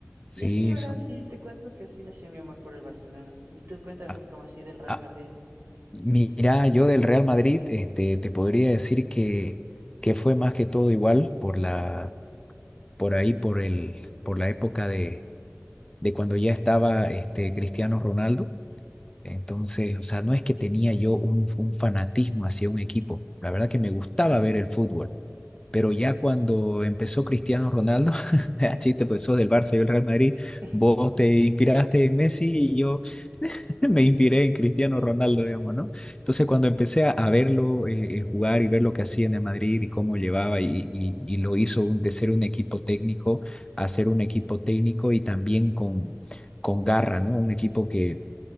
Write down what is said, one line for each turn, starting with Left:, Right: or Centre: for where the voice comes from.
Left: sí,
Right: Y así, ¿verdad?
Left: son-
Right: Sí, te cuento que así nació mi amor por el Barcelona. Y tú cuéntame,
Left: ah,
Right: ¿cómo así del Real
Left: ah,
Right: Madrid?
Left: mira, yo del Real Madrid, este, te podría decir que, que fue más que todo igual por la, por ahí, por el, por la época de, de cuando ya estaba este, Cristiano Ronaldo. Entonces, o sea, no es que tenía yo un, un fanatismo hacia un equipo. La verdad que me gustaba ver el fútbol. Pero ya cuando empezó Cristiano Ronaldo, <laughs> chiste, pues sos del Barça y del Real Madrid,
Right: <laughs>
Left: vos te inspiraste en Messi y yo <laughs> me inspiré en Cristiano Ronaldo, digamos, ¿no? Entonces cuando empecé a, a verlo eh, eh, jugar y ver lo que hacía en el Madrid y cómo llevaba y, y, y lo hizo un- de ser un equipo técnico a ser un equipo técnico y también con, con garra, ¿no? Un equipo que